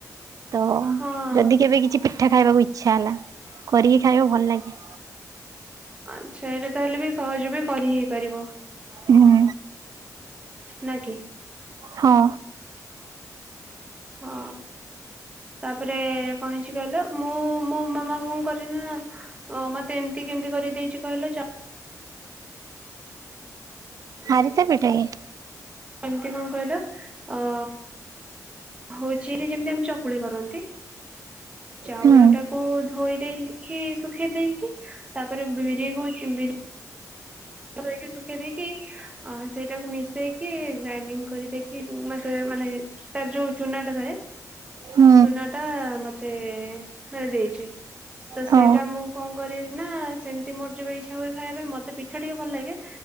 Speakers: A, on the right; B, on the right.
A: ତ
B: ହଁ।
A: ଯଦି କେବେ କିଛି ପି ଠା ଖାଇବାକୁ ଇଚ୍ଛା ହେଲା କରିକି ଖାଇବାକୁ ଭଲ ଲାଗେ।
B: ଆ-ଆଚ୍ଛା ଏଇଟା ତାହେଲେ ବି ସହଜ ବି କରି ହେଇ ପାରିବ।
A: ହୁଁ।
B: ନା- କିି?
A: ହଁ।
B: ଅଁ। ତାପରେ କଣ ହେଇଚି କହିଲ ମୁଁ ମୋ ମାମା କଣ କରେନା ଓ ମତେ ଏମିତି କେମିତି କରିଦେଇଚି କହିଲ ଚା
A: ଆରିସା ପିଠା ଇଏ।
B: ଏମିତି କଣ୍ କହିଲ ଅ- ହଉଚି ରେ ଯେମିତି ଆମ ଚକୁଳି କରନ୍ତି ଚାଉଳ
A: ହୁଁ
B: ଟା କୁ ଧୋଇ ଦେଇକି ଶୁଖେଇ ଦେଇକି ତାପରେ ବିରି କୁ ଚୁ-ବିରି <unintelligible> ସୁକେଇ ଦେଇ କି ଅଁ -ସେଇଟାକୁ ମିଶେଇକି ଗ୍ରାଇଣ୍ଡିଙ୍ଗ୍ କରିଦେଇକି ମତେ ମାନେ ତାର ଯୋଉ ଚୁନାଟା ଥାଏ।
A: ହୁଁ
B: ଚୁନାଟା ମତେ ମାନେ ଦେଇଛି ତ
A: ହଁ
B: ସେଇଟା ମୁଁ କଣ କରିବି ନା ସେମିତି ମୋର ଯେବେ ଇଚ୍ଛା ହୁଏ ଖାଇବା ପାଇଁ ମତେ ପିଠା ଟିକେ ଭଲ ଲାଗେ।